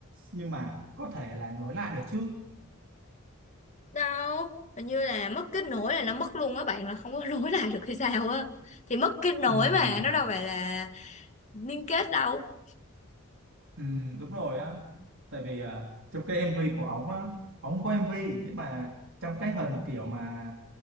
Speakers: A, on the right; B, on the left.
A: nhưng mà có thể là nối lại được chứ
B: Đâu, hình như là mất kết nối là nó mất luôn á bạn là không có <laughs> nối lại được hay sao á. Thì mất kết nối
A: Ừm,
B: mà nó đâu phải là liên kết đâu.
A: ừm, đúng rồi á tại vì à, trong cái MV của ổng á ổng không có MV nhưng mà trong cái hình kiểu mà